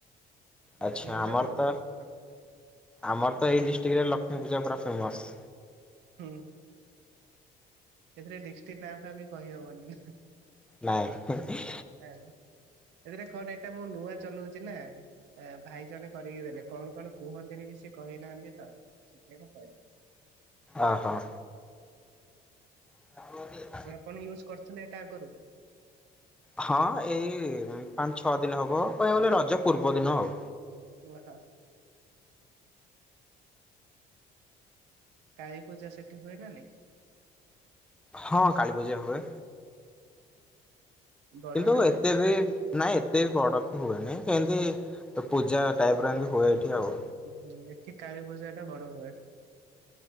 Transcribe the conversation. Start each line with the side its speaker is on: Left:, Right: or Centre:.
Centre: ଆଚ୍ଛା
Right: ଲକ୍ଷ୍ମୀ ପୂଜା
Centre: ଆମର
Right: ବହୁତ
Centre: ତ
Right: ବଡ କରନ୍ତି।
Centre: ଆମର ତ ଏଇ ଡିଷ୍ଟ୍ରିକ୍ଟରେ ଲକ୍ଷ୍ମୀ ପୂଜା ପୁରା ଫେମସ୍।
Right: ହୁଁ ହୁଁ। ସେଥିରେ ଡିଷ୍ଟିକ୍ ନା ଟା ବି କହିହବନି।
Centre: ନାହିଁ।
Right: ନ ଏଥିରେ କଣ ଏଇଟା ମୁଁ ନୂଆ ଚଲଉଛି ନା ଆ ଭାଇ ଜଣେ କରିକି ଦେଲେ କଣ କଣ କୁହନ୍ତିନି ବି ସେ କହିନାହାନ୍ତି ତ ସେ କରିବ।
Centre: ଅ ହ। <unintelligible>
Right: ଆପଣ ୟୁଜ୍ କରିଥିଲେ ଏଇଟା ଆଗରୁ?
Centre: ହଁ ଏଇ ପାଞ୍ଚ ଛଅ ଦିନ ହବ କହିବାକୁ ଗଲେ ରଜ ପୂର୍ବ ଦିନ ଆଉ।
Right: <unintelligible> କାଳୀ ପୂଜା ସେଠି ହୁଏ ନା ନାଇଁ?
Centre: ହଁ କାଳୀ ପୂଜା ହୁଏ।
Right: ବଡ
Centre: କିନ୍ତୁ
Right: ନା
Centre: ଏତେ ବି ନାଇଁ ଏତେ ବି ବଡ଼ କି ହୁଏନି କେମିତି ତ ପୂଜା ଟାଇପର ଏମିତି ହୁଏ ଏଠି ଆଉ।
Right: ଉହୁଁ ଏଠି କାଳୀ ପୂଜା ଟା ବଡ ହୁଏ।